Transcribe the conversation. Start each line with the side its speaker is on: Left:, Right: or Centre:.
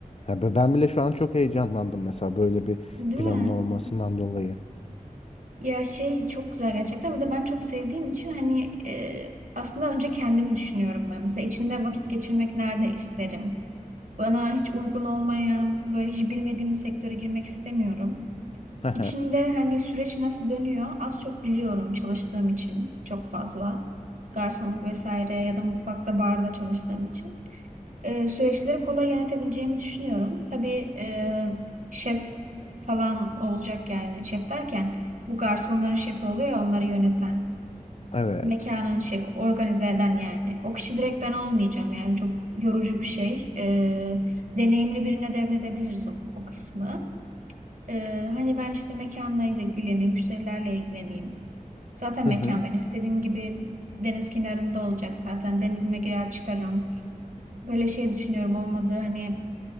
Left: Ya be- ben bile şu an çok heyecanlandım mesela böyle bir
Right: değil
Left: planın
Right: mi?
Left: olmasından dolayı.
Right: Ya şey çok güzel gerçekten. Bir de ben çok sevdiğim için hani e, aslında önce kendimi düşünüyorum ben. Mesela içinde vakit geçirmek nerede isterim? Bana hiç uygun olmayan, böyle hiç bilmediğim bir sektöre girmek istemiyorum.
Left: <laughs>
Right: İçinde hani süreç nasıl dönüyor az çok biliyorum çalıştığım için çok fazla. Garsonluk vesaire ya da mutfakta barda çalıştığım için e, süreçleri kolay yönetebileceğimi düşünüyorum. Tabii e, şef falan olacak yani şef derken bu garsonların şefi oluyor ya onları yöneten.
Left: Evet.
Right: Mekanın şefi, organize eden yani. O kişi direkt ben olmayacağım yani çok yorucu bir şey. E, deneyimli birine devredebiliriz o, o kısmı. E, hani ben işte mekanla ilgileneyim, müşterilerle ilgileneyim. Zaten
Left: Hı
Right: mekan
Left: hı.
Right: benim istediğim gibi deniz kenarında olacak zaten. Denizime girer çıkarım. Böyle şey düşünüyorum olmadı hani